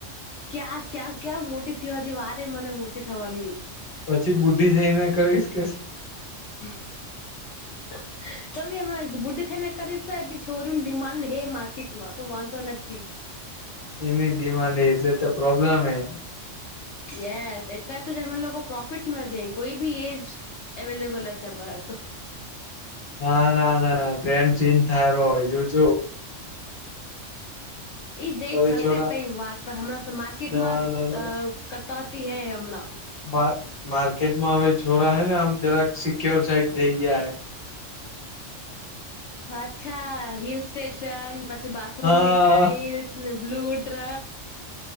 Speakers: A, on the left; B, on the left.
A: ક્યાં ક્યાં ક્યાં મોટી થિવાથી વારે મને મોટી થવાની.
B: પછી બુદ્ધિ થઈ મેને કરીશ કે.
A: <inaudible> તો ભી હમણાં બૂઢી થઈને કરીશ તોય હજી છોરીયુનું ડિમાન્ડ હે માર્કેટમાં તો વાંધો નથી.
B: એની જ ડિમાન્ડ હે, એટલે તો પ્રોબ્લેમ હે.
A: યસ એટલા હાટુ જ અમે લોકો પ્રોફિટમાં જઈ કોઈ બી એજ એવેલેબલ છે આમારા આટો.
B: ના ના ના ના ટ્રેન ચેન્જ થાયરો હોવે જો જો.
A: ઈ જે
B: હવે
A: થશે
B: છોરા
A: તઈ વાત પર હમણાં સ માર્કેટમાં
B: ના ના
A: અ કટોતી હૈ હમણાં
B: મા માર્કેટમાં હવે છોરા હે ને આમ જરાક સિક્યોર સાઈડ થઇ ગયા હે.
A: અચ્છા હિલ સ્ટેશન પછી બાથરૂમની
B: હા
A: ટાઈલ્સ ને બ્લુડ્ર.